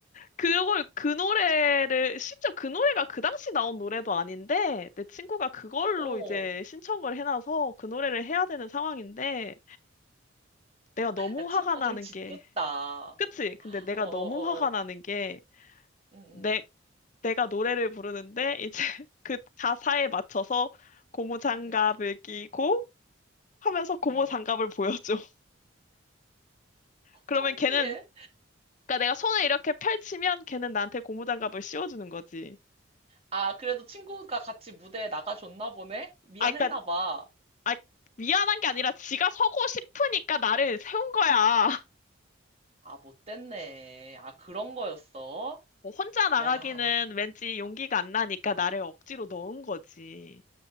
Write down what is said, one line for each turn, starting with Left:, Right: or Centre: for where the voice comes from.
Left: 그걸 그 노래를 심지어 그 노래가 그 당시 나온 노래도 아닌데 내 친구가 그걸로
Right: 오,
Left: 이제 신청을 해놔서 그 노래를 해야 되는 상황인데 내가 너무
Right: 야, 친구가
Left: 화가 나는
Right: 좀 짓궂다.
Left: 게
Right: 어,
Left: 그치? 근데 내가
Right: 어, 어,
Left: 너무 화가
Right: 어.
Left: 나는 게
Right: 응, 응,
Left: 내, 내가 노래를 부르는데 이제 <laughs> 그 가사에 맞춰서 고무장갑을
Right: 응,
Left: 끼고 하면서 고무장갑을
Right: 응.
Left: 보여줘. <laughs>
Right: <laughs>
Left: 그러면
Right: 창피해.
Left: 걔는 그러니까 내가 손을 이렇게 펼치면 걔는 나한테 고무장갑을 씌워주는 거지.
Right: 아, 그래도 친구가 같이 무대에 나가줬나 보네? 미안했나
Left: 아, 그러니까
Right: 봐.
Left: 아, 미안한 게 아니라 지가 서고 싶으니까 나를 세운 거야. <laughs>
Right: 아, 못됐네. 아, 그런 거였어?
Left: 뭐 혼자 나가기는
Right: 야,
Left: 왠지 용기가 안 나니까 나를 억지로 넣은 거지.